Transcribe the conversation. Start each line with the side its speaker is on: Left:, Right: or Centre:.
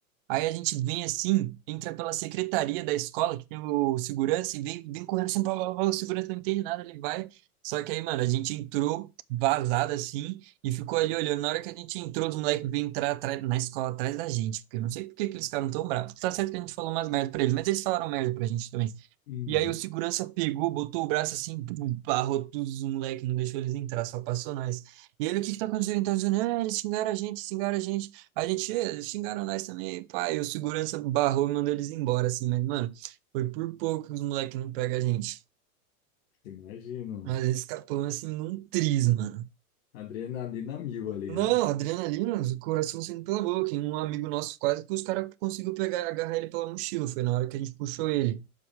Right: Aí a gente vem assim, entra pela secretaria da escola, que tem o segurança, e vem, vem correndo assim, blá, blá, blá, o segurança não entende nada, ele vai. Só que aí, mano, a gente entrou vazado assim e ficou ali olhando. Na hora que a gente entrou, os moleques vêm entrar atrás- na escola atrás da gente, porque eu não sei por que que eles ficaram tão bravos. Tá certo que a gente falou umas merda pra eles, mas eles falaram merda pra gente também.
Left: Uhum.
Right: E aí o segurança pegou, botou o braço assim, pum, barrou todos os moleques, não deixou eles entrar, só passou nós. E ele, o que que tá acontecendo? Então, dizendo, ah, eles xingaram a gente, xingaram a gente. A gente eh, xingaram nós também, pai. O segurança barrou e mandou eles embora, assim, mas, mano, foi por pouco que os moleques não pegam a gente.
Left: Imagino. mano.
Right: Mas eles escapamos, assim, num tris, mano.
Left: Adrenalina mil ali,
Right: Não,
Left: né?
Right: adrenalina, o coração saindo pela boca. E um amigo nosso quase que os caras conseguiu pegar, agarrar ele pela mochila. Foi na hora que a gente puxou ele.